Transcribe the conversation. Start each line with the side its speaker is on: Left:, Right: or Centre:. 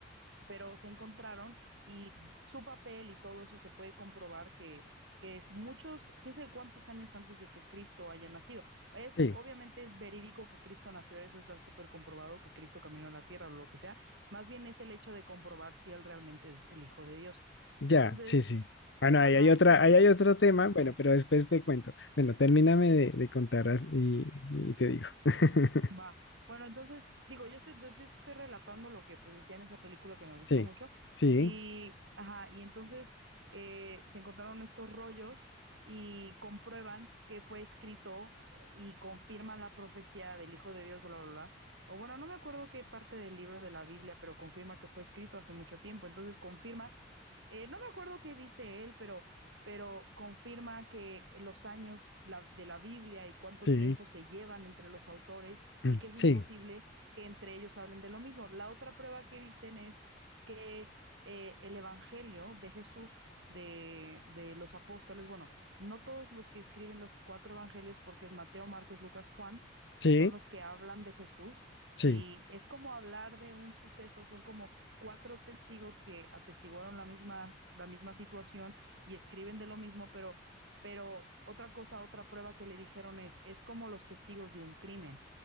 Right: pero se encontraron y su papel y todo eso se puede comprobar que, que es muchos, quién sabe cuántos años antes de que Cristo haya nacido. Es,
Left: sí,
Right: obviamente es verídico que Cristo nació, eso está súper comprobado, que Cristo caminó a la tierra o lo que sea, más bien es el hecho de comprobar si él realmente es el Hijo de Dios.
Left: ya,
Right: Entonces,
Left: sí, sí. Bueno, ahí
Right: ajá,
Left: hay otra,
Right: entonces,
Left: ahí hay otro tema,
Right: sí, sí.
Left: bueno, pero después te cuento. Bueno, termíname de, de contar as- y, y te digo. <laughs>
Right: Va. Bueno, entonces, digo, yo estoy, yo, yo estoy relatando lo que pues decía en esa película que me gustó
Left: Sí,
Right: mucho.
Left: sí,
Right: Y, ajá, y entonces eh, se encontraron estos rollos y comprueban que fue escrito y confirman la profecía del Hijo de Dios, bla, bla, bla. O bueno, no me acuerdo qué parte del libro de la Biblia, pero confirma que fue escrito hace mucho tiempo. Entonces confirma, eh, no me acuerdo qué dice él, pero, pero confirma que los años la- de la Biblia y cuánto
Left: sí,
Right: tiempo se llevan entre los autores
Left: mm,
Right: y que es
Left: sí,
Right: imposible que entre ellos hablen de lo mismo. La otra prueba que dicen es que eh, el Evangelio de Jesús, de, de los apóstoles, bueno, no todos los que escriben los cuatro Evangelios, porque es Mateo, Marcos, Lucas, Juan,
Left: sí,
Right: son los que hablan de Jesús
Left: sí,
Right: y es como hablar de un suceso, son como cuatro testigos que atestiguaron la misma, la misma situación y escriben de lo mismo, pero, pero otra cosa, otra prueba que le dijeron es, es como los testigos de un crimen